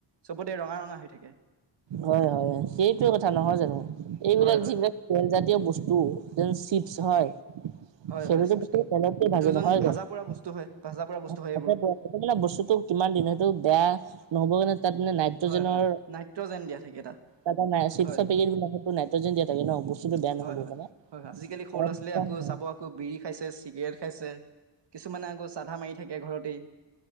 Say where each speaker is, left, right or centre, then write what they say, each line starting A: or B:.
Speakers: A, on the right; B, on the right.
A: চবতে ৰঙা ৰঙা হৈ থাকে
B: হয় হয় সেইটোয়ে কথা নহয় জানো এইবিলাক
A: হয় হয়
B: যিবিলাক তেলজাতীয় বস্ <unintelligible> এন চিপছ হয়
A: হয়
B: সে
A: হয়
B: বোৰ যে
A: চিপছটো
B: বস্তু তেলতে ভাজে
A: এইটো
B: নহয়
A: যোন
B: জানো
A: ভাজা
B: <unintelligible>
A: পোৰা বস্তু হয় ভাজা পোৰা বস্তু হয় এইবোৰ
B: বস্তুটো কিমান ইমান দিনেটো বেয়া নহ'ব কাৰণে তাত মানে নাইট্ৰজেনৰ
A: হয় হয় নাইট্ৰজেন দিয়া থাকে তাত
B: তাতে চিপছৰ
A: হয়
B: পেকেট বিলাকতো নাইট্ৰজেন দিয়া থাকে ন বস্তুটো বেয়া নহব
A: হয় হয় হয়
B: কাৰণে
A: হয় আজিকালি সৰু ল'ৰা ছোৱালীয়ে আকৌ
B: <unintelligible>
A: চাব আকৌ বিৰি খাইছে চিগৰেট খাইছে কিছুমানে আকৌ চাধা মাৰি থাকে ঘৰত দেই